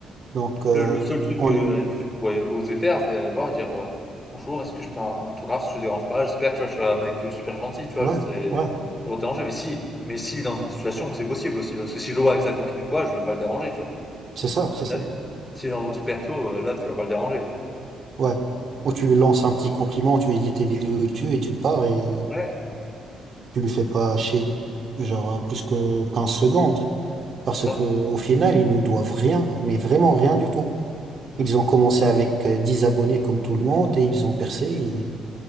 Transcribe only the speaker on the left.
Le, le seul truc
que l'ami
pourrait oser faire, c'est aller voir et dire euh, Bonjour, est-ce que je peux avoir un autographe si je te dérange pas? J'espère, tu vois, je serai un mec super gentil, tu vois,
c'est
ça va te déranger. Mais si, mais si, dans une situation où c'est possible aussi, parce que si je le vois avec sa copine ou quoi, je veux pas le déranger, tu vois,
euh, de
la vie. Si dans un truc perso, euh, là, tu vas pas le déranger.
Ouais,
c'est
ça.
Mm.